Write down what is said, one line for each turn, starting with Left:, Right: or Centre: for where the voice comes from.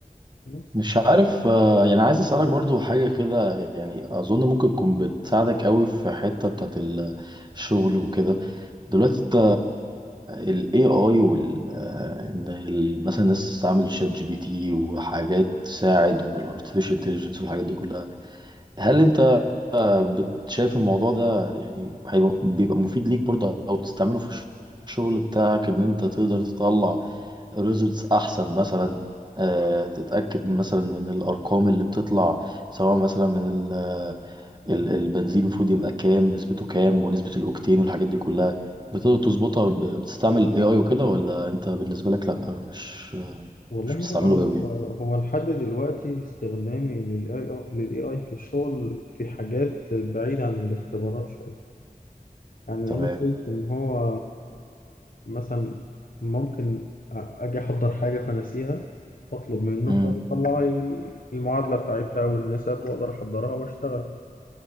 Left: بس
Right: مش عارف آه، يعني عايز اسالك برضو حاجه كده يعني اظن ممكن تكون بتساعدك قوي في حته بتاعت الشغل وكده دلوقتي انت الاي اي وال آه، إن ال- مثلا الناس تستعمل شات جي بي تي وحاجات تساعد والارتفيشال انتليجنس والحاجات دي كلها هل انت بت- شايف الموضوع ده يعني هيبقى بيبقى مفيد ليك برضه او بتستعمله في الش- الشغل بتاعك ان انت تقدر تطلع ريزلتس احسن مثلا آه، تتاكد مثلا من الارقام اللي بتطلع سواء مثلا من ال- آه، ال- البنزين المفروض يبقى كام نسبته كام ونسبه الاوكتين والحاجات دي كلها بتقدر تظبطها ب- بتستعمل الاي اي وكده ولا انت بالنسبه لك لا مش
Left: والله
Right: مش بتستعمله
Left: بقى هو
Right: قوي
Left: هو لحد دلوقتي استخدامي للاي للاي اي في الشغل في حاجات بعيدة عن الاختبارات شوية يعني
Right: تمام
Left: أنا شايف إن هو مثلا ممكن أجي أحضر حاجة فنسيها فأطلب منه
Right: امم
Left: فيطلع لي المعادلة بتاعتها والنسب وأقدر أحضرها وأشتغل